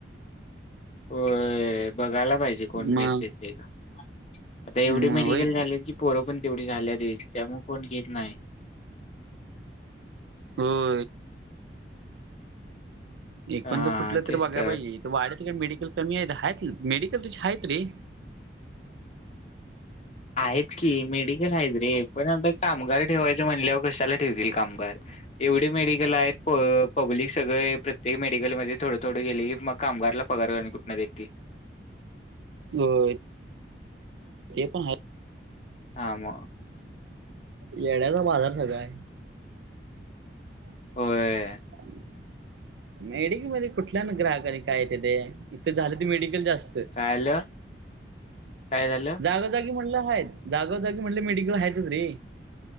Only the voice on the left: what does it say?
अ बघायला पाहिजे कोण
आता एवढे
मेडिकल
झाले की पोरं पण तेवढी झाल्यातईल त्यामु कोण घेत नाही
हा
तेच
तर.
आहेत की मेडिकल आहेत रे पण आता कामगार ठेवायचं म्हणलेवर कशाला ठेवतील कामगार एवढे मेडिकल आहेत पब्लिक सगळं प्रत्येक मेडिकलमध्येध्ये थोडं थोडं गेले मग कामगारला पगार आणि कुठनं देतील?
हा म.
होय
काय आलं? काय झालं?